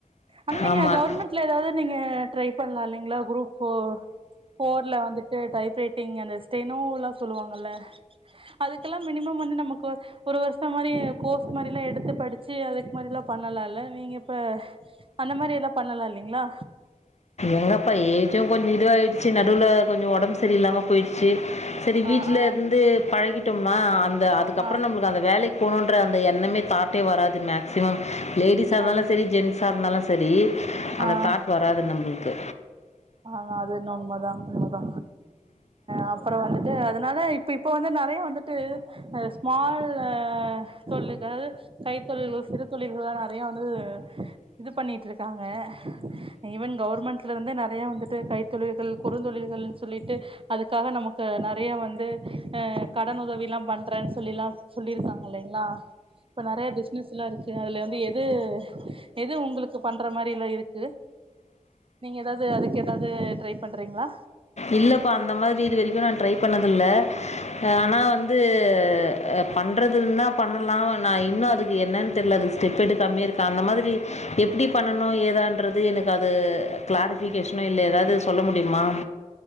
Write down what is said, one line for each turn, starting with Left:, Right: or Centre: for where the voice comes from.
Right: ஆனா நீங்க
Left: ஆமாம்
Right: கவர்மெண் ட்ல ஏதாவ்து நீங்க ட்ரை பண்லா இல்லைங்களா குரூப் ஃபோர் ஃபோர்ல வந்துட்டு டைப் ரைட்டிங் அந்த ஸ்டெனோ ல்லா சொல்லுவாங்கல்ல அதுக் கெலா மினிமம் வந்து நமக்கு ஒரு வருஷ மாரி கோர்ஸ் மாரிலா எடுத்து படிச்சி அதுக்கு மாரிலா பண்ணலால்ல நீங்க இப்ப அந்த மாரிலா பண்ணலா இல்லைங்களா
Left: எங்கப்பா ஏஜு கொஞ்ச இதுவா ஆயிடுச்சு நடுவுல கொஞ்சோ ஒடம் பு சரி இல்லாம போயிடுச்சு சரி வீட்ல
Right: ஆ ஆ
Left: இருந்து பழகிட்டோமா அந்த அதுக்கப்றோ
Right: ஆ
Left: நம்மளுக்கு அந்த வேலைக்கு போனோன்ற அந்த எண்ணமே தாட்டே வராது மேக் சிமம் லேடிஸா இருந்தாலு
Right: அது ஒண்ணு
Left: சரி ஜென்ஸா இருந்தாலு சரி அந்த
Right: ஆ
Left: தாட் வராது நம்ளுக் கு
Right: ஆமா அது என்ன உண்மதா உண்மதா அ ப்பறோ வந்துட்டு அதனால இப்ப இப்ப வந்து நெறைய வந்துட்டு அ ஸ்மால்ல சொல்லுகள் கைத்தொழில்கள் சிறு தொழில்கள்லா நறையா வந்து இது பண்ணிட்ருக்காங்க ஈவன் கவுர்மெண்ட்லருந்தே ந றையா வந்துட்டு கைத்தொழில்கள் குறுந்தொழில்கள்ன் சொல்லிட்டு அதுக்காக நமக்கு நறைய வந்து அ கடன் உதவிலா பண்றேன் சொல்லிலா சொல்லிருக்காங்க இல்லைங்ளா? இப்ப நறையா பிஸ்னஸ்லா இருக்கு அதுல வந்து எது எது உங்குளுக்கு பண்ற மாரிலா இருக்கு? நீங்க எதாவ்து அதுக்கு எதாவ்து ட்ரைப் பண்றீங்ளா?
Left: இல்லப்பா அந்த மாரி இது வரைக்கு நா ட்ரை பண்ணதில்ல. அ ஆனா வந்து அ பண்றதில்னா பண்ணலாவ் நா இன்னு அதுக்கு என்னன் தெர்ல அதுக் ஸ்டெப் எடுக்காமே இருக்கா அந்த மாதிரி எப்பிடி பண்ணனு ஏதான்றது எனக்கு அது கிளாரிஃபிகேஷனோ இல்ல எதாது சொல்ல முடிமா?